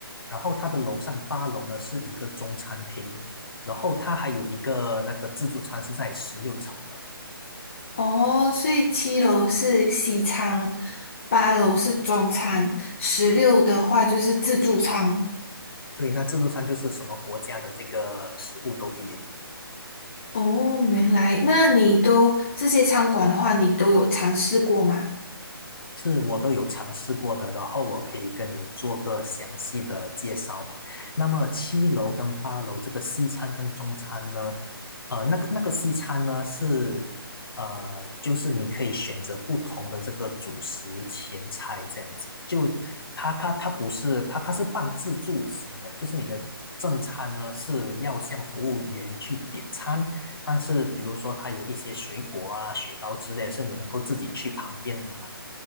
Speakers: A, on the left; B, on the left.
A: 然后它的楼上八楼呢是一个中餐厅，然后它还有一个那个自助餐是在十六层的。
B: 哦，所以七楼是西餐，八楼是中餐，十六的话就是自助餐。
A: 对，那自助餐就是什么国家的这个食物都会有。
B: 哦，原来，那你都这些餐馆的话，你都有尝试过吗？
A: 是我都有尝试过的，然后我可以跟你做个详细的介绍吧。那么七楼跟八楼这个西餐跟中餐呢，呃，那个那个西餐呢是，呃，就是你可以选择不同的这个主食前菜这样子，就它它它不是它它是半自助型的，就是你的正餐呢是要向服务员去点餐，但是比如说它有一些水果啊、雪糕之类的是你能够自己去旁边拿的。